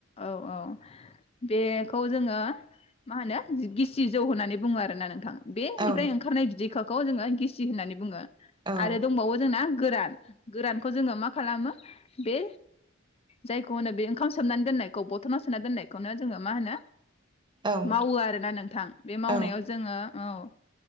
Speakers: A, on the left (about 30°); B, on the right (about 25°).
A: औ औ बेखौ जोङो मा होनो गिसि जौ होननानै बुङो आरोना नोंथां। बे
B: औ
A: निफ्राय ओंखारनाय बिदैखो खौ जोङो गिसि होननानै बुङो।
B: औ
A: आरो दंबावो जोंना गोरान गोरानखौ जोङो मा खालामो बे जायखौ होनो बे ओंखाम सोमनानै दोननायखौ बथनाव सोननानै दोननायखौनो जोङो मा होनो
B: औ नोंथां
A: मावो आरोना नोंथां बे मावनायाव
B: औ
A: जोङो औ